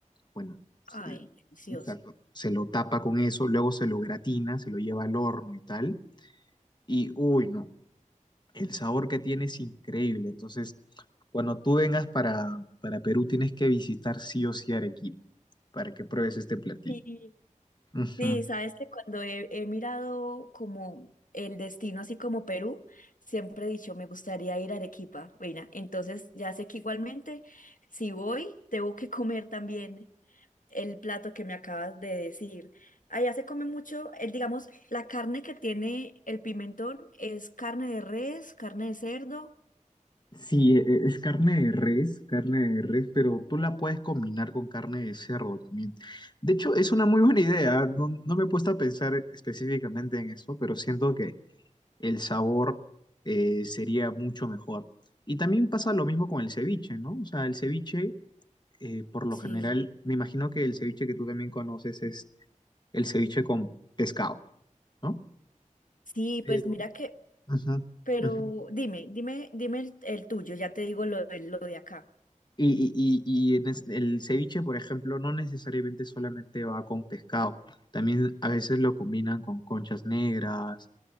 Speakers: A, on the left (about 35°); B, on the left (about 80°).
A: bueno, se-
B: Ay, delicioso.
A: exacto, se lo tapa con eso, luego se lo gratina, se lo lleva al horno y tal, y uy, no. El sabor que tiene es increíble. Entonces, cuando tú vengas para, para Perú, tienes que visitar sí o sí Arequipa para que pruebes este platillo.
B: Sí,
A: Ujú.
B: Sí, sabes que cuando he, he mirado como el destino, así como Perú, siempre he dicho, me gustaría ir a Arequipa. Bueno, entonces ya sé que igualmente, si voy, tengo que comer también el plato que me acabas de decir. Allá se come mucho, el, digamos, la carne que tiene el pimentón es carne de res, carne de cerdo.
A: Sí, e- e- es carne de res, carne de res, pero tú la puedes combinar con carne de cerdo también. De hecho, es una muy buena idea. ¿ah? No, no me he puesto a pensar específicamente en eso, pero siento que el sabor eh, sería mucho mejor. Y también pasa lo mismo con el ceviche, ¿no? O sea, el ceviche eh, por lo
B: Sí.
A: general, me imagino que el ceviche que tú también conoces es el ceviche con pescado, ¿no?
B: Sí,
A: Pero,
B: pues mira que,
A: ujú,
B: pero
A: ujú.
B: dime, dime, dime el, el tuyo, ya te digo lo, de- lo de acá.
A: Y, y- y- y en es- el ceviche, por ejemplo, no necesariamente solamente va con pescado, también a veces lo combinan con conchas negras,